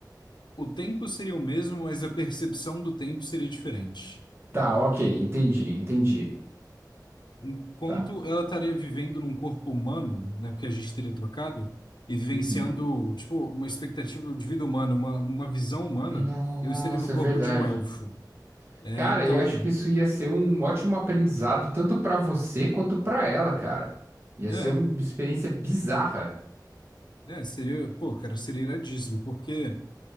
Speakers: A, on the left (about 85°); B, on the right (about 35°).
A: O tempo seria o mesmo, mas a percepção do tempo seria diferente.
B: Tá, ok, entendi, entendi.
A: Enquanto
B: Tá.
A: ela estaria vivendo num corpo humano, né, porque a gente teria trocado, e vivenciando,
B: Uhum.
A: tipo, uma expectativa de vida humana, uma, uma visão humana,
B: Nossa,
A: eu estaria no corpo
B: é verdade.
A: de um elfo. É,
B: Cara,
A: então.
B: eu acho que isso ia ser um ótimo aprendizado, tanto pra você quanto pra ela, cara. Ia
A: É,
B: ser uma experiência bizarra.
A: É, seria, pô, cara, seria iradíssimo, porque